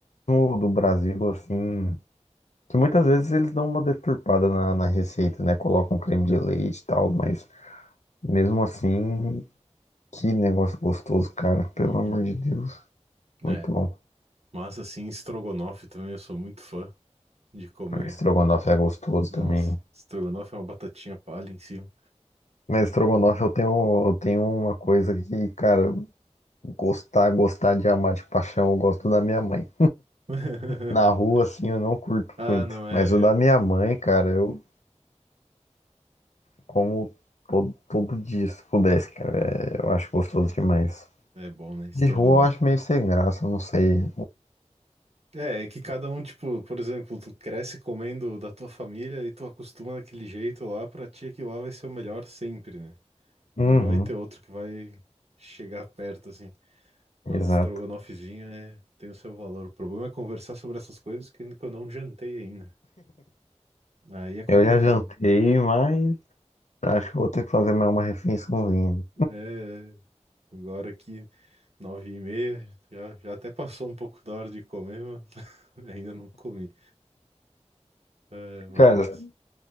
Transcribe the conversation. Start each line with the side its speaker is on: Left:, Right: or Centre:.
Left: no do Brasil, assim. Que muitas vezes eles dão uma deturpada na, na receita, né? Colocam creme de leite e tal, mas mesmo assim, que negócio gostoso, cara. Pelo
Right: Uhum.
Left: amor de Deus, muito
Right: É.
Left: bom.
Right: Massa, assim, estrogonofe também, eu sou muito fã de comer.
Left: Estrogonofe é gostoso
Right: Nossa,
Left: também.
Right: estrogonofe é uma batatinha palha em cima.
Left: Mas estrogonofe eu tenho, eu tenho uma coisa que, cara, gostar, gostar de amar de paixão, eu gosto da minha mãe.
Right: <laughs>
Left: Na rua, assim, eu não curto
Right: Ah,
Left: muito.
Right: não é.
Left: Mas o da minha mãe, cara, eu como todo, todo dia, se pudesse, cara. É, Eu acho gostoso demais.
Right: É bom, né? Estrogonofe.
Left: De rua eu acho meio sem graça, não sei.
Right: É, é é que cada um, tipo, por exemplo, tu cresce comendo da tua família e tu acostuma daquele jeito lá, pra ti aquilo lá vai ser o melhor sempre, né?
Left: Uhum,
Right: Não vai ter outro que vai chegar perto, assim. Mas
Left: exato.
Right: estrogonofezinho é, tem o seu valor. O problema é conversar sobre essas coisas que eu não jantei ainda. Aí é complicado.
Left: Eu já jantei, mas acho que vou ter que fazer mais uma refeiçãozinha.
Right: É, agora aqui, nove e meia, já, já até passou um pouco da hora de comer, mas <laughs> ainda não comi. É, mas,
Left: Cara,
Right: mas